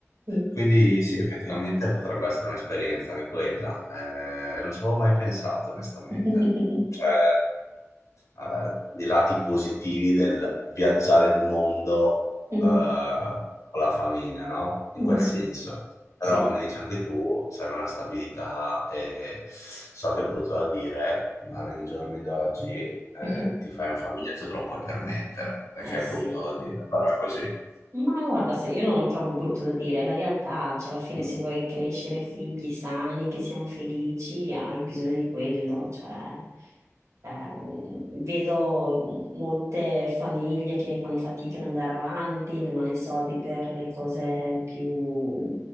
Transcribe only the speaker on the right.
sì.
<laughs>
Mh-mh,
mh-mh.
Sì.
<laughs>
Mh-mh.
Eh sì.
Ma guarda, se io non lo trovo brutto da dire, è la realtà, cioè alla fine
se vuoi crescere figli sani, che siano felici, hai bisogno di quello, cioè ehm, vedo molte famiglie che fanno fatica ad andare avanti, non hanno i soldi per le cose più